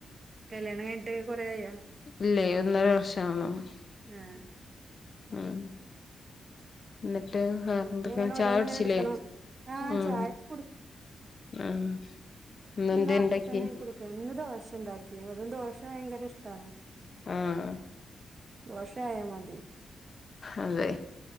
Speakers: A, on the right; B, on the left.
A: കല്യാണം കഴ്ണിട്ട് കൊറെ ആയോ
B: ഇല്ലേ ഒന്നര വർഷാവ്ന്നൊ <unintelligible>
A: ആഹ്
B: ഉം എന്നിട്ട് വറെന്തൊക്കെ
A: ഇനി അങ്ങനെ
B: ചായ
A: ഓരോന്ന്
B: കുടിച്ചില്ലേ
A: ഇങ്ങനെ എടുക്കണം ആഹ്
B: ഉം
A: ചായക്കെ
B: ഉം ഇന്നെന്തേ
A: ന്നാപ്പതന്നെ
B: ഇണ്ടാക്കി
A: കുടിക്കും ഇന്ന് ദോശ ഉണ്ടാക്കി വെറും ദോശ ഭയങ്കര ഇഷ്ടാണ്
B: ആഹ്
A: ദോഷായാ മതി
B: അതെ